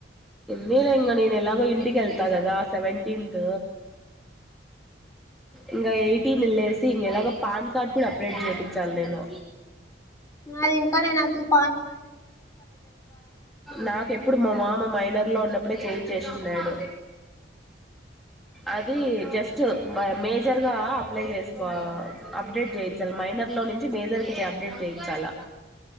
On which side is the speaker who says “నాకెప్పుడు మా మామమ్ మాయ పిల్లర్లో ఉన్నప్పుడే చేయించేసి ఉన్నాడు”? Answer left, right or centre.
Centre